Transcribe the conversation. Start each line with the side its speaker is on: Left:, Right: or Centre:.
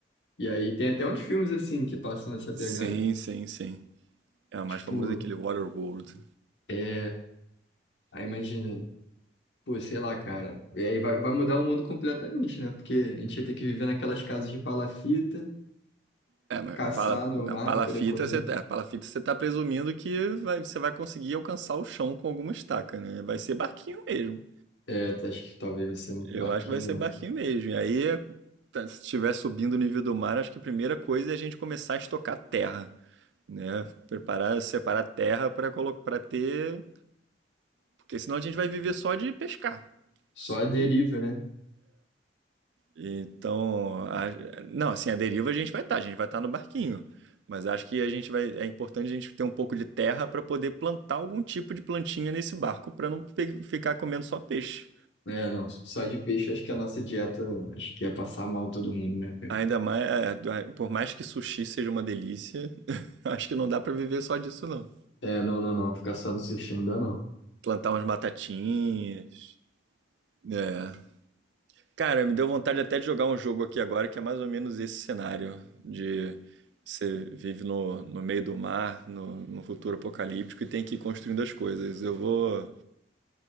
Left: E aí tem até uns filmes assim que passam nessa
Right: Sim,
Left: pegada.
Right: sim, sim. É o mais
Left: Tipo,
Right: famoso é aquele Waterworld.
Left: é, aí imagina, pô, sei lá, cara. E aí vai, vai mudar o mundo completamente, né? Porque a gente ia ter que viver naquelas casas de palafita
Right: É, mas
Left: caçar
Right: pala,
Left: no
Right: na
Left: mar
Right: palafita
Left: para poder comer.
Right: você, é, palafita você tá presumindo que vai- você vai conseguir alcançar o chão com alguma estaca, né? Vai ser barquinho mesmo.
Left: É, tá, acho que talvez vai ser um
Right: Eu
Left: barquinho.
Right: acho que vai ser barquinho
Left: né?
Right: mesmo. E aí, tá, se estiver subindo o nível do mar, acho que a primeira coisa é a gente começar a estocar terra, né? Preparar, separar terra para colocar, para ter Porque senão a gente vai viver só de pescar.
Left: Só
Right: Só
Left: a deriva,
Right: de.
Left: né?
Right: Então, a- não, assim, a deriva a gente vai estar, a gente vai estar no barquinho. Mas acho que a gente vai, é importante a gente ter um pouco de terra para poder plantar algum tipo de plantinha nesse barco para não pe- ficar comendo só peixe.
Left: É, não, só de peixe acho que a nossa dieta, acho que ia passar mal todo mundo, né, cara?
Right: Ainda mais, é, por mais que sushi seja uma delícia, <laughs> acho que não dá para viver só disso não.
Left: É, não, não, não, ficar só no sushi não dá não.
Right: Plantar umas batatinhas, né? Cara, me deu vontade até de jogar um jogo aqui agora que é mais ou menos esse cenário de você vive no, no meio do mar, no, no futuro apocalíptico e tem que ir construindo as coisas. Eu vou,